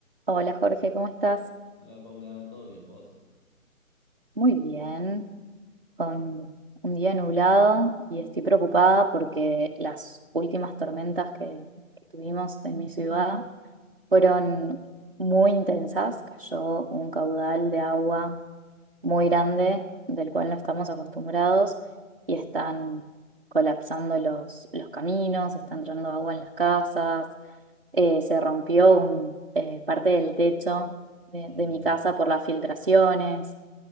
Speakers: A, on the right (about 45°); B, on the left (about 35°).
A: Hola Jorge, ¿cómo estás?
B: Hola Paula, ¿todo bien vos?
A: Muy bien, con un día nublado y estoy preocupada porque las últimas tormentas que, que tuvimos en mi ciudad fueron muy intensas. Cayó un caudal de agua muy grande del cual no estamos acostumbrados y están colapsando los, los caminos, está entrando agua en las casas, eh, se rompió un, eh, parte del techo de
B: Ay,
A: de
B: no.
A: mi casa por las filtraciones.